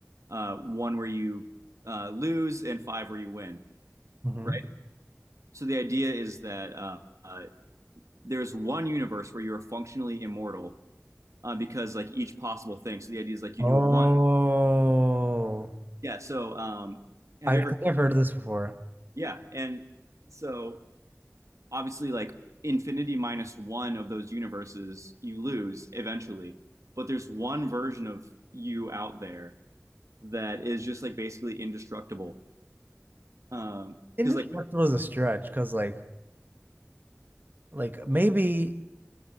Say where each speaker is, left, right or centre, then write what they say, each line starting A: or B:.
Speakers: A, on the right; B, on the right.
A: Uh, one where you uh, lose and five where you win,
B: mm hmm
A: right? So the idea is that uh, uh, there's one universe where you're functionally immortal uh, because like each possible thing. So the idea is like
B: Oh,
A: you do it one. Yeah. So um, have
B: I
A: you
B: think
A: ever?
B: I've heard of this before.
A: Yeah. And so obviously like infinity minus one of those universes you lose eventually, but there's one version of you out there that is just like basically indestructible. Um, because
B: Indestructible
A: like
B: is a stretch because, like, like maybe